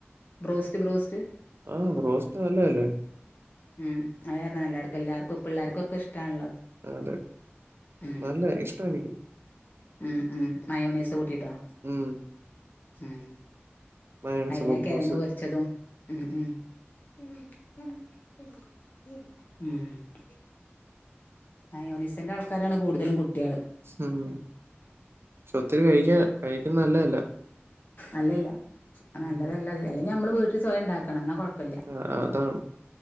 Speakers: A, on the left; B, on the right.
A: ബ്രോസ്റ്റ് ബ്രോസ്റ്റ്
B: ആഹ് ബ്രോസ്റ്റ് നല്ലല്ലേ
A: ഉം അത്കാർണം എല്ലാർക്കു എല്ലർക്കും പിള്ളേർക്കും ഒക്കെ ഇഷ്ടാണല്ലോ
B: അതെ
A: ഉം
B: നല്ല ഇഷ്ട എനിക്ക്
A: ഉം ഉം മയോനൈസ് കൂട്ടിയിട്ടോ
B: ഉം
A: ഉം
B: മയോണൈസ്
A: അതിലാ
B: കുബ്ബൂസ്
A: കിഴങ്ങ് പൊരിച്ചതും ഉം ഉം ഉം മായോണീസന്റെ ആൾക്കാരാണ് കൂടുതലും കുട്ടിയാള്
B: ഉം പക്ഷെ ഒത്തിരി കഴിക്ക്യ കഴിക്കുന്നത് നല്ലതല്ല
A: അല്ലല്ല നല്ലതല്ല
B: ഉം
A: അല്ലെങ്കിൽ നമ്മള് വീട്ടിൽ സ്വയം ഉണ്ടാക്കണം എന്നാ കൊയപ് പ്പല്ല
B: ആ, അതാണ്